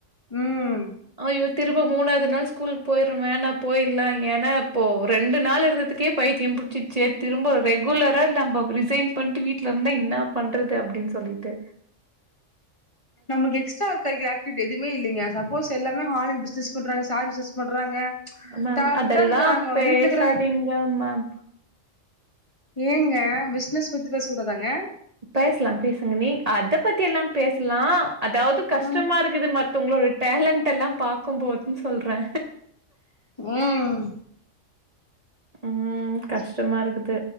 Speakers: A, on the left (about 25°); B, on the right (about 35°).
A: ம்
B: அய்யோ திரும்ப மூணாவது நாள் ஸ்கூல் போயிருமேன்னா போயிர்லா ஏனா இப்போ ரெண்டு நாள் இருந்ததுக் கே பைத்தியம் பிடிச்சிச்சே திரும்ப ரெகுலரா நம்ப ரிசைன் பண்ணிட்டு வீட்ல இருந்தா என்ன பண்றது அப்டின்னு சொல்லி டு
A: நமக்கு எக்ஸ்ட்ரா ஒரு கரிகுலர் அக்டிவிட்டி எதுமே இல்லைங்க சப்போஸ் எல்லாமே ஹான்லைன் பிசினஸ் பண்றாங்க சாரி சஸ் பண்றாங்க
B: மேம்
A: டேலண்டா
B: அதெல்லா
A: இருக்குறாங்க
B: பேசாதீங்க
A: வீட்ல இருக்குற
B: மேம்
A: ஏங்க பிசினஸ் பத்தி பேச கூடாதாங்க
B: பேசலா பேசுங்க நீ அத பத்தி எல்லா பேசலா அதாவது கஷ்டமா
A: ம்
B: இருக் குது மத்தவங்களோட டேலணடெல்லா பாக்கும்போதுன்னு சொல்றே
A: ம்
B: ம் கஷ்டமா இருக்குது